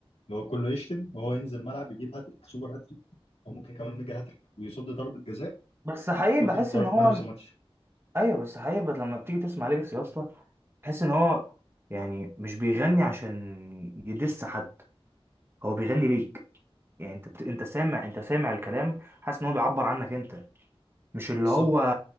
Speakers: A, on the left (about 80°); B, on the right (about 25°).
A: اللي هو كله يشتم وهو ينزل الملعب يجيب هاتريك سوبر هاتريك او ممكن كمان ميجا هاتريك ويصد ضربه جزاء
B: بس حقيقي
A: وياخد
B: بحس ان هو
A: مان اوف ذا ماتش
B: ايوه بس حقيقة بس لما بتيجي تسمع ليجاسي يا اسطى تحس ان هو يعني مش بيغني عشان يدس حد هو بيغني ليك يعني انت بت... انت سامع انت سامع الكلام حاسس ان هو بيعبر عنك انت مش اللي
A: بالظبط
B: هو